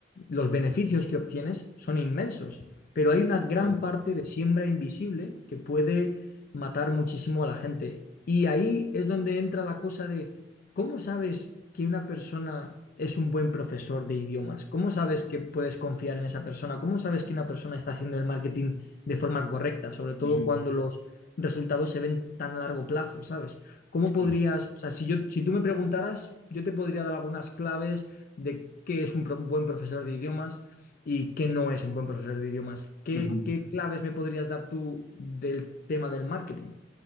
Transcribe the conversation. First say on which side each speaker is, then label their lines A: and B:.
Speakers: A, on the left; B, on the left.
A: los beneficios que obtienes son inmensos, pero hay una gran
B: Ve-
A: parte de siembra invisible que puede matar muchísimo a la gente. Y ahí es donde entra la cosa de ¿Cómo sabes que una persona es un buen profesor de idiomas? ¿Cómo sabes que puedes confiar en esa persona? ¿Cómo sabes que una persona está haciendo el marketing de forma correcta, sobre todo
B: ujú,
A: cuando los resultados se ven tan a largo plazo, ¿sabes? ¿Cómo
B: sí,
A: podrías, o sea, si yo, si tú me preguntaras, yo te podría dar algunas claves de qué es un pro- buen profesor de idiomas y qué no es un buen profesor de idiomas. ¿Qué,
B: ujú.
A: qué claves me podrías dar tú del tema del marketing?